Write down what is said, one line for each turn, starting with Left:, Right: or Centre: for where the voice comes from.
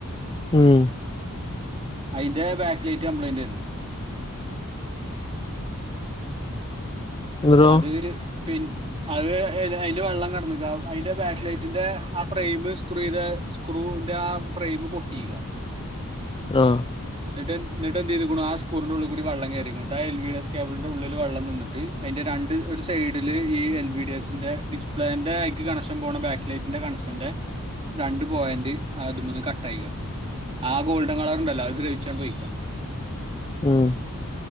Left: ഉം
Right: അയ്ന്റെ ബാക്ക്ലേറ്റ് കംപ്ലയിന്റേരുന്നു
Left: എന്നിട്ടോ
Right: അത് പിൻ അത് എയില് അയില് വെള്ളം കെടന്ന്ക്കാ അയ്ന്റെ ബേക്ക് ലൈറ്റിന്റെ ആ ഫ്രെയിം സ്ക്രുയ്തേ സ്ക്രൂൻ്റ ആ ഫ്രെയിമ് പൊട്ടീകാ
Left: ആഹ്
Right: ന്നിട്ട് ന്നിട്ട് എന്തെയ്തേക്കണു ആ സ്കൂറിന്റെ ഉള്ളി കൂടി വള്ളം കയറിക്കണുട്ടോ ആ എൽ വി എസ് കേബിളിന്റെ ഉള്ളില് വെള്ളം നിന്നിട്ട് അയിന്റെ രണ്ട് ഒരു സൈഡില് ഈ എൽ വി ഡി എസിന്റെ ഡിസ്പ്ലേന്റെ അയ്‌ക്ക് കണക്ഷൻ പോണ ബാക്ക് ലൈറ്റിന്റെ കണക്ഷൻ എന്റെ രണ്ട് പോയിന്റ് അതുമേന്ന് കട്ടായിക്ക ആ ഗോൾഡൻ കളർണ്ടല്ലോ അത് ദ്രവിച്ച് ട്ടം പൊയ്ക്ക
Left: ഉം